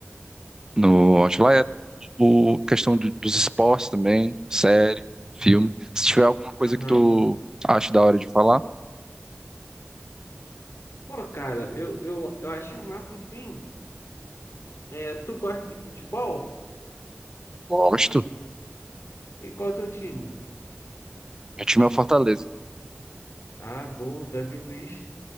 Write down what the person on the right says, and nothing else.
no Outlier o questão do- dos esportes também, série, filme. Se tiver alguma coisa
que tu acha da hora de falar,
gosto.
Meu time é o Fortaleza.